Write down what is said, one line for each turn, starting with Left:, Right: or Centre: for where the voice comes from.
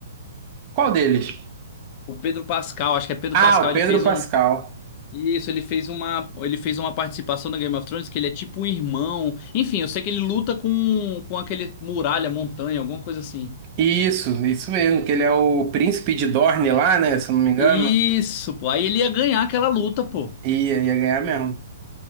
Right: Qual deles?
Left: o Pedro Pascal, acho que é Pedro
Right: Ah,
Left: Pascal,
Right: o
Left: ele
Right: Pedro
Left: fez
Right: Pascal.
Left: um. Isso, ele fez uma, ele fez uma participação na Game of Thrones que ele é tipo um irmão. Enfim, eu sei que ele luta com, com aquele muralha, montanha, alguma coisa assim.
Right: Isso, isso mesmo, que ele é o príncipe de Dorne lá, né? Se eu não me engano.
Left: Isso, pô. Aí ele ia ganhar aquela luta, pô.
Right: Ia, ia ganhar mesmo.